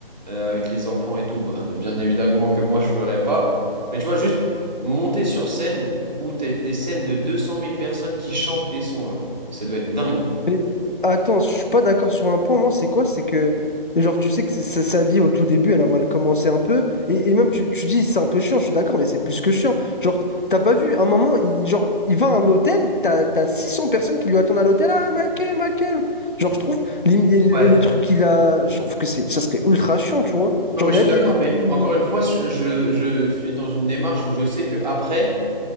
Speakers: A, on the right; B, on the left.
A: euh, avec les enfants et tout. Bah, bien évidemment que moi, je ferais pas. Mais tu vois, juste monter sur scène où t'es des scènes de deux cent mille personnes qui chantent tes sons, genre, ça doit être dingue.
B: Mais attends, je suis pas d'accord sur un point, moi, c'est quoi? C'est que, genre, tu sais que c'est- sa, sa vie au tout début, elle a mal commencé un peu. Et, et même, tu, tu dis, c'est un peu chiant, je suis d'accord, mais c'est plus que chiant. Genre, t'as pas vu, un moment, il, genre, il va à un hôtel, t'as, t'as 600 personnes qui lui attendent à l'hôtel. Ah, Michael, Michael! Genre, je trouve, l'im- et le,
A: Ouais.
B: et le truc qu'il a, je trouve que c'est, ça serait ultra chiant, tu vois.
A: Non,
B: Genre,
A: mais je
B: il y
A: suis
B: a des
A: d'accord,
B: vies
A: mais
B: plus.
A: encore une fois, je, je je suis dans une démarche où je sais que après.